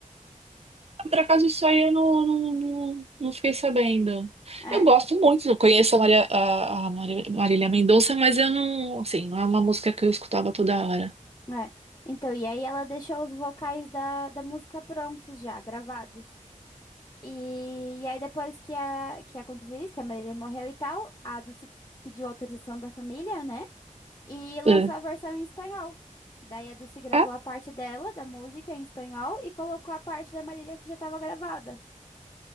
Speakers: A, on the right (about 50°); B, on the left (about 30°).
A: Por acaso isso aí eu não, não, não, não fiquei sabendo.
B: É,
A: Eu gosto muito, eu conheço a Maria, a, a Maria- Marília Mendonça, mas eu não, assim, não é uma música que eu escutava toda hora.
B: É. Então, e aí ela deixou os vocais da, da música prontos já, gravados. E, e aí depois que, a, que aconteceu isso, que a Marília morreu e tal, a Dulce pediu autorização da família, né? E lançou
A: É.
B: a versão em espanhol. Que daí a Dulce gravou
A: Ah,
B: a parte dela, da música, em espanhol, e colocou a parte da Marília que já tava gravada.